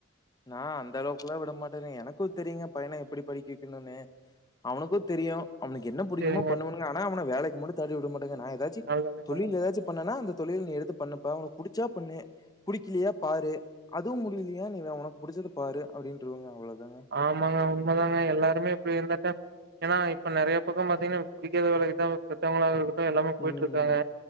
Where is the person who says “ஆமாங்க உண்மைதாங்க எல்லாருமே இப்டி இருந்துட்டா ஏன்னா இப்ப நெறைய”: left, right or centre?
Right